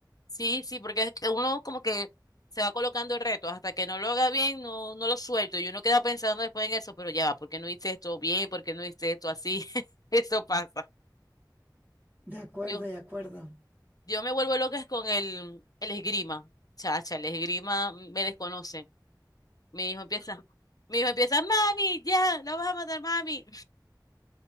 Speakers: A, on the left; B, on the right.
A: Sí, sí, porque es que uno como que se va colocando el reto, hasta que no lo haga bien, no, no lo suelto, y uno queda pensando después en eso, pero ya va, ¿por qué no hice esto bien? ¿Por qué no hice esto así? <laughs> Eso pasa.
B: De acuerdo,
A: Yo,
B: de acuerdo.
A: Yo me vuelvo loca con el, el esgrima. Chacha, el esgrima me desconoce. Mi hijo empieza, mi hijo empieza, mami, ya, la vas a matar, mami.